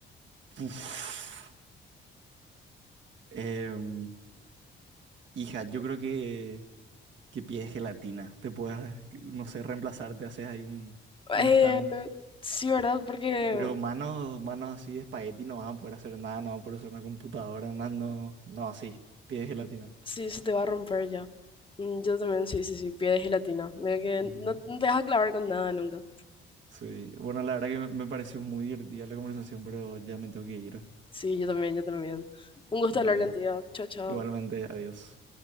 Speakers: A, on the right (about 70°); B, on the left (about 25°).
A: Uf. Em, hija, yo creo que, que pides gelatina, te puedes, no sé, reemplazar, te haces ahí un, un
B: Eh,
A: stand.
B: sí, ¿verdad? Porque
A: Pero manos, manos así de espagueti no vas a poder hacer nada, no vas a poder usar una computadora, nada, no, no, así, pides gelatina.
B: Sí, se te va a romper ya. Mm, Yo también, sí, sí, sí, pie de gelatina. Medio que
A: Ujú.
B: no, no te vas a clavar con nada nunca.
A: Sí, bueno, la verdad que me me pareció muy divertida la conversación, pero ya me tengo que ir.
B: Sí, yo también, yo también. Un gusto
A: Dale,
B: hablar contigo. Chao, chao.
A: igualmente, adiós.